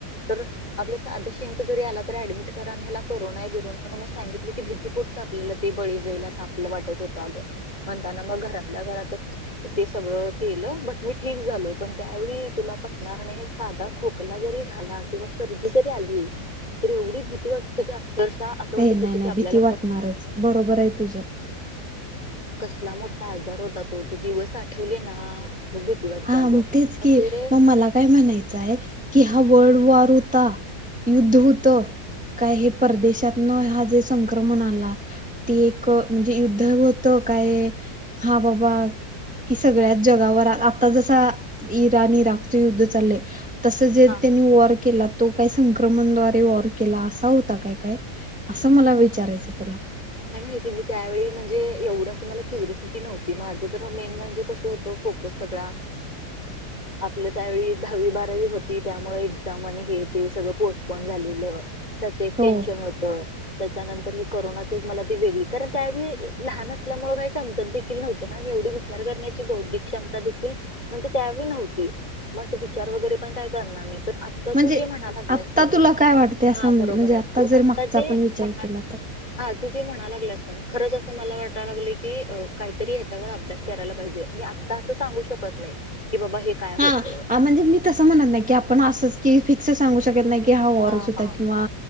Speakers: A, on the left; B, in the centre.
A: तरं आपलं साधा शिक जरी आला तरी ऍडमिट करा आणि हयांला कोरोना बिरोना म्हणूंन सांगितलं की भीती कुठे आपल्याला ते बळी जाईला असं आपलं वाटतं होतं अगं म्हणतांना मंग घरातल्यां घरांतचं ते सगळं केलं बट मी ठीक झालो पणं त्यावेळीं तुला पटणार नाहीं सांधा खोकला जरी झालां किंवा सर्दी जरी आली आहे तरी एवढी भीती वाटते अक्षरशः असं वाटत
B: हे नाहीं
A: होते
B: नाहीं
A: की आपल्याला
B: भीती वाटणांरचन बरोबर आहे तुझं
A: कसलां मोठा आजार होता तो ते दिवस आठवले नां मगू भीती वाटते
B: हां
A: अगं
B: तेचं
A: म्हणजे
B: की मंग मलां कायं म्हणायचं आहे कि हां वर्ल्ड वॉर होता की युद्ध होतं कायं हे परदेशांतन हां जे संक्रमण आला ती एक म्हणजे युद्ध होतं कायं हां बाबां की सगळ्यांच जागांवर आता जसां इराण इराकचे युद्ध चाललंय तसं जे
A: हा
B: त्यांनी वॉर केला तो कायं संक्रमणद्वारे वॉर केलां असां होता कायं कायं असं मला विचारायचं तुलां
A: कायं माहिती आहे मी त्यावेळीं म्हणजे एवढं असं मला क्युरिओसिटी नव्हती माझं तरं मेन म्हणजे कसं होतं खोको सगळां
B: ह <unintelligible>
A: आपलं त्यावेळीं दहावी बारावी होती त्यामुळें एक्झांम आणि हे ते सगळं पोस्टपोन झालेलं त्याचं एक
B: हो
A: टेन्शंन होतं त्यांच्यानंतर हे करोनातं मला ती वेगळी कारणं त्यावेळीं लहान असल्यामुळें कांहीं समजतं देखील नव्हते नां आणि एवढी विचार करण्याची बौद्धिक क्षमता म्हणजे त्यावेळीं नव्हते मं विचार वगैरें पणं कायं करणारं नाहीं पणं तू
B: म्हणजे
A: जे म्हणा लागलें
B: आत्ता
A: असतं नाहीं
B: तुला काय वाटते असं
A: हां
B: म्हणजे
A: बरोबर आहे तू
B: जर
A: आता
B: मागचा
A: जे
B: आपण विचार
A: म्हणाला
B: केला तर
A: हां तू जे म्हणायंला लागला असतां नां खरंच असं मला वाटतयं लागलं की कांहीतरी ह्याच्यावर अभ्यांस करांयला पाहिजे आणि त्याचं सांगू शकतं नाहीं की बाबां हे काय
B: हां
A: होतं
B: म्हणजे मी तसं म्हणतं नाहीं की आपणं असंच की फिक्स सांगू शकतं नाहीं कि हां वाराच
A: हा
B: होतां
A: हा
B: किंवा